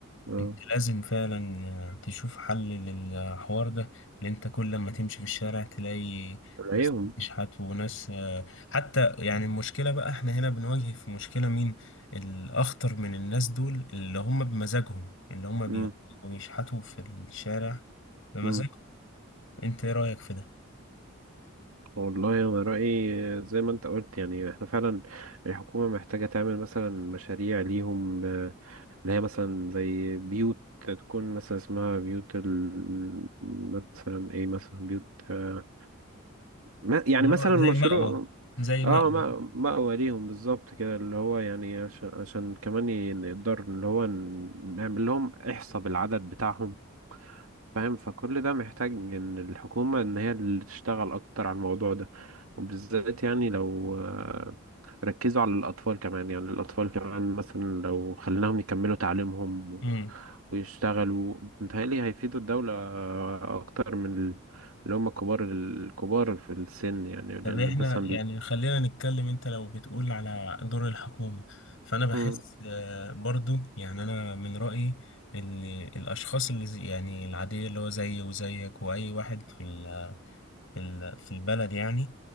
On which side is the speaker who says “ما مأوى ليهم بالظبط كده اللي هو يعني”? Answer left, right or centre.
Right